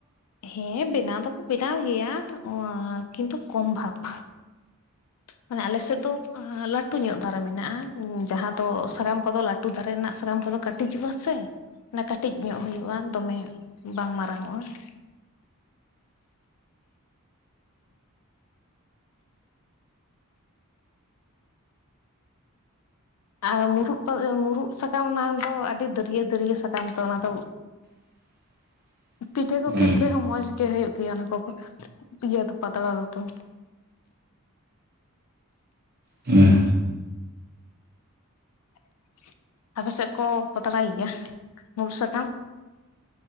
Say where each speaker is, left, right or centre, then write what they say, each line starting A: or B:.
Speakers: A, on the left; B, on the right.
A: ᱦᱮᱸ ᱵᱮᱱᱟᱣ ᱫᱚᱠᱚ ᱵᱮᱱᱟᱣ ᱜᱮᱭᱟ <unintelligible> ᱠᱤᱱᱛᱩ ᱠᱚᱢ ᱵᱷᱟᱵᱷ ᱢᱟᱱᱮ ᱟᱞᱮᱥᱮᱫ ᱫᱚ ᱞᱟᱴᱩ ᱧᱚᱜ ᱫᱟᱨᱮ ᱢᱮᱱᱟᱜᱼᱟ ᱡᱟᱦᱟᱸ ᱫᱚ ᱥᱟᱠᱟᱢ ᱠᱚᱫᱚ ᱞᱟ ᱴᱩ ᱫᱟᱨᱮ ᱨᱮᱱᱟᱜ ᱥᱟᱠᱟᱢ ᱠᱚᱫᱚ ᱠᱟᱹᱴᱤᱡᱚᱜᱼᱟ ᱥᱮ ᱚᱱᱟ ᱠᱟᱹᱴᱤᱡ ᱧᱚᱜ ᱦᱩᱭᱩᱜᱼᱟ ᱫᱚᱢᱮ ᱵᱟᱝ ᱢᱟᱨᱟᱝᱚᱜᱼᱟ <inaudible> ᱟᱨ ᱢᱩᱨᱩᱫ ᱢᱩᱨᱩᱫ ᱥᱟᱠᱟᱢ ᱚᱱᱟ ᱫᱚ ᱟᱹᱰᱤ ᱫᱟᱹᱨᱤᱭᱟᱹ ᱫᱟᱹᱨᱤᱭᱟᱹ ᱥᱟᱠᱟᱢ ᱛᱚ ᱚᱱᱟᱫᱚ
B: <inaudible>
A: ᱯᱤᱴᱷᱟᱹ
B: ᱦᱮᱸ
A: ᱠᱚ ᱠᱷᱮᱛᱨᱮ ᱦᱚᱸ ᱢᱚᱸᱡᱽ ᱜᱮ ᱦᱩᱭᱩᱜ ᱜᱮᱭᱟ ᱚᱱᱟ ᱠᱚ ᱤᱭᱟᱹ ᱫᱚ ᱯᱟᱛᱲᱟ ᱫᱚ ᱛᱚ
B: ᱦᱩᱸ
A: <inaudible> ᱟᱯᱮ ᱥᱮᱫ ᱠᱚ ᱯᱟᱛᱟᱲᱟᱭ ᱜᱮᱭᱟ ᱢᱩᱨᱩᱜ ᱥᱟᱠᱟᱢ